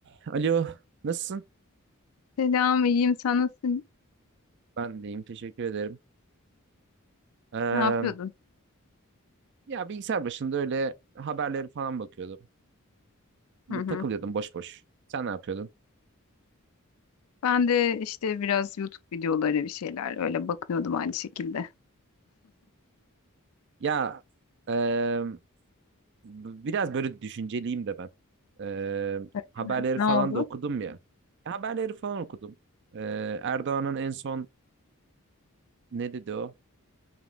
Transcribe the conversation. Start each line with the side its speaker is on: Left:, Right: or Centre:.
Right: Alo, nasılsın?
Left: Selam, iyiyim. Sen nasılsın?
Right: Ben deyim, teşekkür ederim. Ee,
Left: Ne yapıyordun?
Right: ya bilgisayar başında öyle haberleri falan bakıyordum.
Left: Hı hı.
Right: Takılıyordum boş boş. Sen ne yapıyordun?
Left: Ben de işte biraz YouTube videoları bir şeyler öyle bakınıyordum aynı şekilde.
Right: Ya e, biraz böyle düşünceliyim de ben. Ee,
Left: Öyle
Right: haberleri
Left: mi? Ne
Right: falan
Left: oldu?
Right: da okudum ya. E, Haberleri falan okudum. Ee, Erdoğan'ın en son ne dedi o?